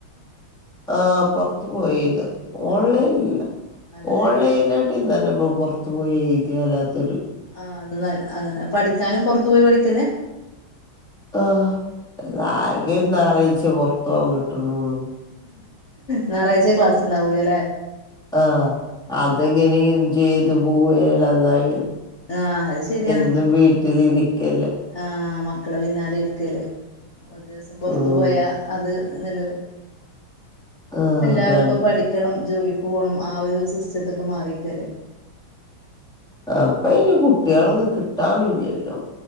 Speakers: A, in the centre; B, on the left.
A: ആ പുറത്ത് പോയ് എഴ്ത ഓൺലൈനല്ല
B: ആഹ് അല്ലല്ലേ
A: ഓൺലൈന ഇന്നല്ലെപ്പൊ പൊറത്ത് പോയ് എഴ്തിയ അല്ലാത്തൊര്
B: ആഹ് അത് നല്ല അതന്നെ പഠിക്കാനും പൊറത്തു പോയി പഠിക്കന്നെ
A: ആഹ് ആകെ ഒരു ഞായറാഴ്ച്ചെ പൊറ്ത്തോകാൻ കിട്ട്ണോള്ളൂ
B: ഞായറാഴ്ച്ച ക്ലാസ്സ് ഉണ്ടാവൂലല്ലേ
A: ആഹ്
B: ആഹ്
A: അതെങ്ങനെ എൻജോയ് ചെയ്ത് പോവല്ലാതായി
B: ആഹ് അത് ശരിയാണ്
A: എന്നും വീട്ടിലിരിക്കല്ലേ
B: ആഹ് മക്കള പിന്നാലെ ഇരിക്കല്ലേ ഒരീസം പൊറ്ത്ത്
A: ഉം
B: പോയാ അത് നല്ലത്
A: ആഹ്
B: എല്ലാവരും
A: അതാണ്
B: ഇപ്പൊ പഠി ക്കണം ജോലിക്ക് പോണം ആ ഒരു സിസ്റ്റ്ത്ത്ക്ക് മാറിക്കല്ലേ
A: ഇപ്പയ്ന് കുട്ട്യേളൊന്നും കിട്ടാനുല്ലല്ലോ